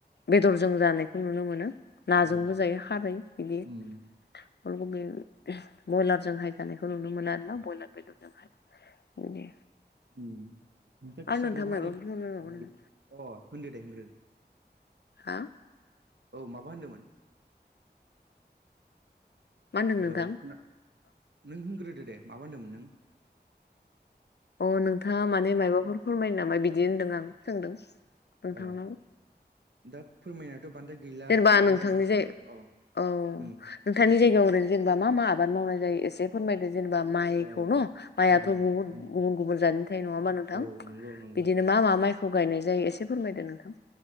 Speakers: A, on the left; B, on the right.
A: बेदरजों जानायखौ नुनो मोनो नाजोंबो
B: औ
A: जायो खारै बिदि
B: उम
A: अलगबि बयलारजोंहाय जानायखौ नुनो मोनो आरोना बयलार बेदरजोंहाय बिदि
B: उम नोंसोर
A: आरो
B: खिथादो
A: नोंथाङा मायबाफोर
B: मोरै
A: बुंनो नांगौ
B: बानायो
A: नामा
B: अ होनदो दे होनग्रो
A: हा
B: औ माबा होनदोंमोन
A: मा होनदों
B: हेलौ
A: नोंथां
B: खोना नों होनग्रोदो दे माबा होनदोंमोन नों
A: अ नोंथाङा माने माबाफोर फोरमायो नामा बिदि होनदों आं सोंदों नोंथांनाव
B: नों अ दा फोरमायनायाथ' बान्द्राय गैला
A: जेनेबा
B: बे
A: नोंथांनि
B: दैज्लां बोथोरनि
A: जाय
B: अ
A: औ
B: ओम
A: नोंथांनि जायगायाव ओरै जेनबा मा मा आबाद मावनाय जायो एसे फोरमायदो जेनेबा माइखौ
B: अ
A: न' माइआथ'
B: उम
A: बुहुत
B: उम
A: गुबुन गुबुन जानायनि थायो नङा होमबा नोंथां
B: औ नंगौ नंगौ
A: बिदिनो मा मा माइखौ गायनाय जायो एसे फोरमायदो नोंथां